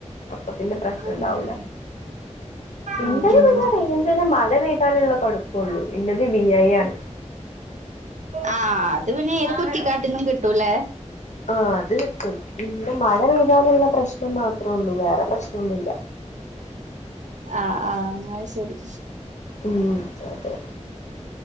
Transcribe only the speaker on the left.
അപ്പൊ പിന്നെ പ്രശ്നം ഉണ്ടാവൂല.
ഇന്റെത്
പിന്നെ റഞ്ച് മഴ പെയ്താനുള്ള കൊഴപ്പൊള്ളു ഇന്റെത് വി ഐ ആണ്.
ആഹ അത് കിട്ടും അയ്യോ മഴ പെയ്താലുള്ള പ്രശ്നം മാത്രേ ഉള്ളൂ വേറെ പ്രശ്നൊന്നുല്ല.
ഉം അതെ അതെ.